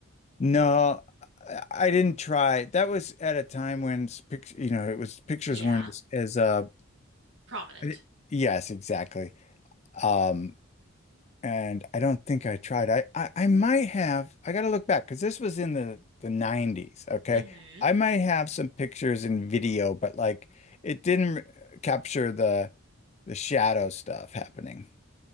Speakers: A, on the left; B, on the right.
A: No, I I didn't try. That was at a time when s- pic, you know, it was pictures
B: Yeah.
A: weren't as, as uh,
B: Prominent.
A: I di- yes, exactly. Um, and I don't think I tried. I, I, I might have. I got to look back because this was in the the 90s. Okay,
B: Mm-hmm.
A: I might have some pictures and video, but like it didn't r- capture the the shadow stuff happening.